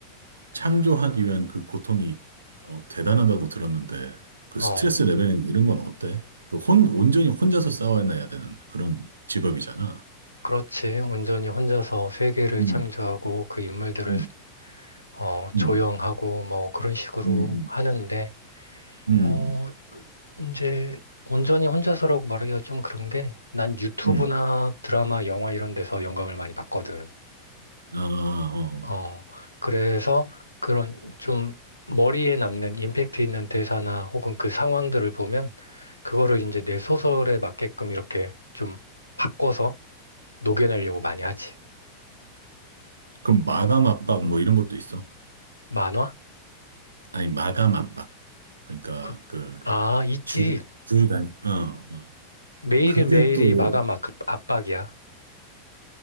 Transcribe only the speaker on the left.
어,
그렇지. 온전히 혼자서 세계를
창조하고 그 인물들을
어,
조형하고 뭐 그런 식으로
하는데
어, 이제 온전히 혼자서라고 말하기가 좀 그런 게 난 유튜브나
드라마, 영화 이런 데서 영감을 많이 받거든.
어, 그래서 그런 좀 머리에 남는 임팩트 있는 대사나 혹은 그 상황들을 보면 그거를 이제 내 소설에 맞게끔 이렇게 좀 바꿔서 녹여내려고 많이 하지.
만화?
그,
아, 있지.
매일매일이
마감 악- 압박이야.